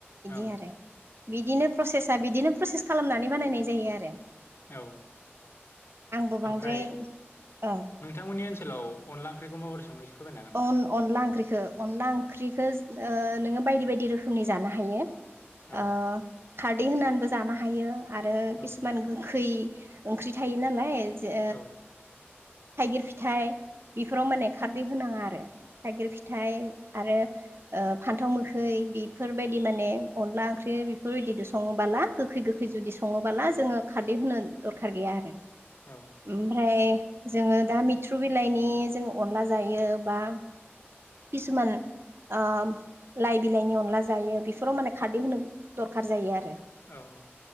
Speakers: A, on the right; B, on the left.
A: इदि
B: औ
A: आरो। बिदिनो प्रसेसा बिदिनो प्रसेस खालामनानै बानायनाय जायो आरो।
B: औ
A: आंबो बांद्राय
B: ओमफ्राय
A: औ
B: नोंथांमोननि ओनसोलाव अनला ओंख्रिखौ माबोरै सङो? एसे फोरमायनो हागोन नामा
A: अन अनला ओंख्रिखौ अनला ओंख्रिखो ओ नोङो बायदि बायदि रोखोमनि जानो हायो। ओ
B: औ
A: खारदै होनानैबो जानो हायो। आरो
B: औ
A: खिसुमान गो खै ओंख्रि थायो नालाय जओ
B: औ
A: थाइगिर फिथाइ इफोराव माने खारदै होनाङा आरो थाइगिर फिथाइ आरो ओ फान्थाव मोखै बेफोरबायदि माने अनला ओं ख्रि बेफोरबायदि सङोबोला गोखै गोखै जुदि सङोबोला जोङो खारदै होनो दरखार गैया आरो।
B: औ
A: ओमफ्राय जोङो दा मिथ्रु बिलाइनि जों अनला जायो बा खिसुमान ओम लाइ बिलायनि अनला जायो बेफोराव माने खारदै होनो दरखार जायो आरो
B: औ-औ